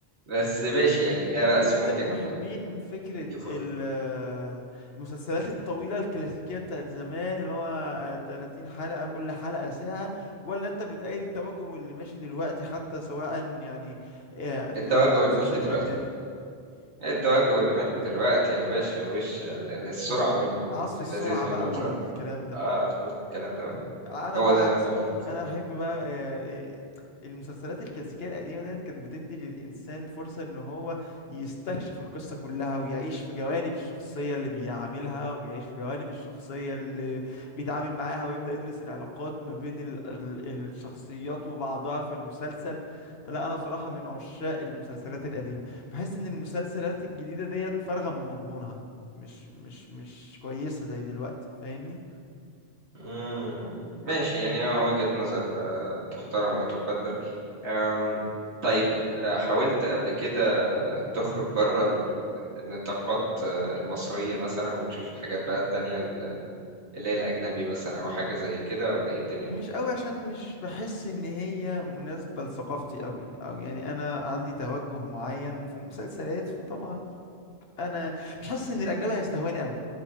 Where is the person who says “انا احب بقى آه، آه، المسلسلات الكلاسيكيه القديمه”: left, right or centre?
Left